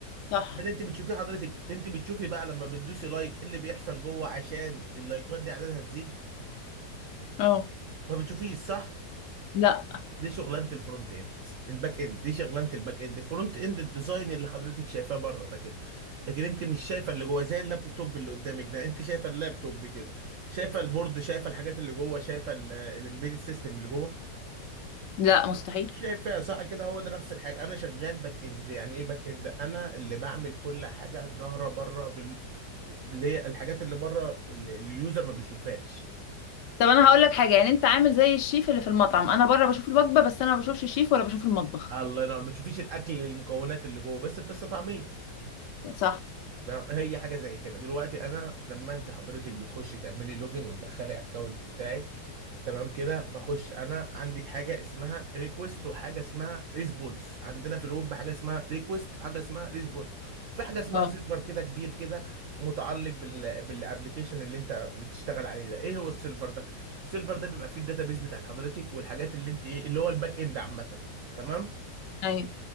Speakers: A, on the left; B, on the right.
A: صح
B: لان انت بتشوفي حضرتك انت بتشوفي بقى لما بتدوسي لايك إيه اللي بيحصل جوه عشان اللايكات دي عددها تزيد
A: اه
B: ما بتشوفيش صح؟
A: لا
B: دي شغلانه الفرونت اند الباك اند دي شغلانه الباك اند الفرونت اند الديزاين اللي حضرتك شايفاه بره ده كده لكن انت مش شايفه اللي جوه زي اللابتوب اللي قدامك ده انت شايفه اللابتوب كده شايفه البورد شايفه الحاجات اللي جوه شايفه الامبيدد سيستم اللي جوه
A: لا مستحيل
B: مش شايفها صح كده هو ده نفس الحاجه انا شغال باك اند يعني ايه باك اند انا اللي بعمل كل حاجه ظاهره بره بال... اللي هي الحاجات اللي بره اللي اليوزر ما بيشوفهاش
A: طب انا هقول لك حاجه يعني انت عامل زي الشيف اللي في المطعم انا بره بشوف الوجبه بس انا ما بشوفش الشيف ولا بشوف المطبخ
B: الله ينور ما بتشوفيش الاكل المكونات اللي جوه بس بتستطعميه
A: صح
B: لا، هي حاجه زي كده دلوقتي انا لما انت حضرتك بتخشي تعملي لوجن وتدخلي اكونت بتاعك تمام كده بخش انا عندك حاجه اسمها ريكوست وحاجه اسمها ريسبونس عندنا في الويب حاجه اسمها ريكوست وحاجه اسمها ريسبونس في حاجه اسمها
A: اه
B: سيرفر كده كبير كده متعلق بال بالابلكيشن اللي انت بتشتغل عليه ده ايه هو السيرفر ده السيرفر ده بيبقى فيه الداتابيس بتاعت حضرتك والحاجات اللي انت ايه اللي هو الباك اند عامه تمام
A: ايوه